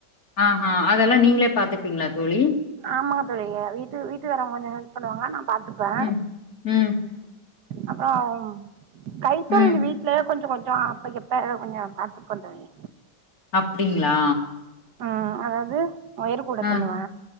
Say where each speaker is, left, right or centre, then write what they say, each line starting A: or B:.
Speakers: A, on the left; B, on the right.
A: ஆஹா அதெல்லா நீங்ளே பாத்துப்பீங்ளா தோழி
B: ஆமாங் தோழி வீட்டு வீட்டுக்காரவங்க கொஞ்ச ஹெல்ப் பண்ணுவாங்க நா பா்த்துப்பே
A: ம். ம்.
B: அப்புறம் கைத்தொழில்
A: ம்.
B: வீட் ல கொஞ்ச கொஞ்ச அப்ப இப்ப கொஞ்ச பாத்துபந் தோழி
A: அப்டிங்ளா
B: ம் அதாவ்து ஒயர் கூட
A: அ.
B: பிண்ணுவே